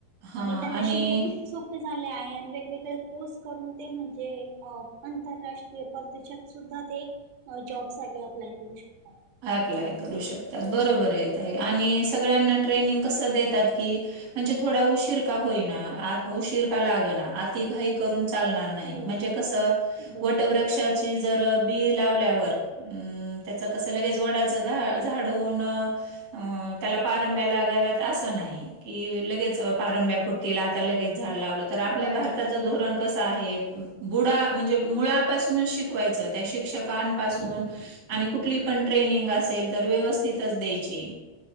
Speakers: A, on the right (about 35°); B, on the right (about 80°).
A: हां
B: आणि त्यांना
A: आणि
B: शिकणे खूप सोपे झाले आहे आणि वेगवेगळे कोर्स करून ते म्हणजे अ आंतरराष्ट् - ष्ट्रीय परदेशात सुद्धा ते जॉब साठी अप्लाय करू शकतात.
A: अप्लाय करू शकतात. बरोबर आहे ताई आणि सगळ्यांना ट्रेनिंग कसं देतात की म्हणजे थोडा उशीर का होईना आत उशीर का लागना आति घाई करून चालनार नाही
B: बरो
A: म्हणजे कसं
B: बरोबर
A: वटवृक्ष ची जर बी लावल्यावर अम त्याच कसं लगेच वडाचं झाड झाडू होऊन अ त्याला पारंब्या लागाव्यात असं नाही. कि लगेच पारंब्या फूटतील आता लगेच झाड लावलं तर आपल्या
B: बरोबर
A: भारताचं धोरण कसं आहे बुडा म्हणजे मुळापासूनच शिकवायचं त्या शिक्षकांपासून आणि कुठली पण ट्रेनिंग असेल तर व्यवस्थितच द्यायची